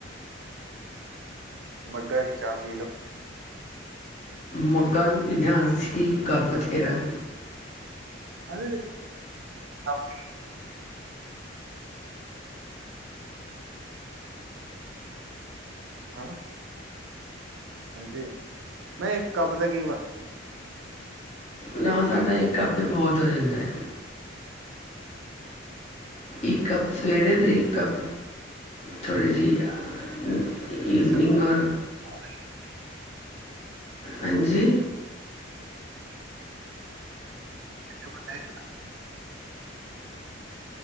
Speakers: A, on the right (about 70°); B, on the left (about 35°).
A: ਮੱਗਾ ਏਕ ਚਾ ਪੀ ਲੋ
B: ਮੱਗਾ ਨੀ ਪੀਂਦੇ ਹੁ ਅਸੀਂ ਕੱਪ ਥੇਰਾ ਐ।
A: ਹਾਜੀ, <unintelligible> ਹੈਂ, ਹਾਂਜੀ, ਨਈ ਕੱਪ ਦਾ ਕੀ ਵਾ
B: ਨਾ ਸਾਡਾ ਏ ਕੱਪ ਈ ਬੌਤ ਹੋ ਜਾਂਦਾ ਐ। ਈ ਕੱਪ ਸਵੇਰੇ ਦੇ ਈ ਕੱਪ
A: ਬਣ
B: ਥੋੜੀ ਜੀ, ਅ ਈਵਨੀਂਗ
A: ਕਿਸੇ
B: ਔਰ
A: <unintelligible>
B: ਹਾਂਜੀ?
A: <unintelligible>